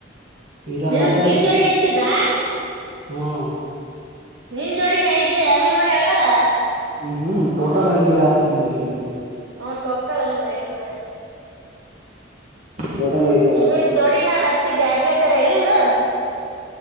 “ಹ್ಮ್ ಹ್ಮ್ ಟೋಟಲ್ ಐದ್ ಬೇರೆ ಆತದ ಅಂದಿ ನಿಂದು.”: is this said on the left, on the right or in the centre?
Right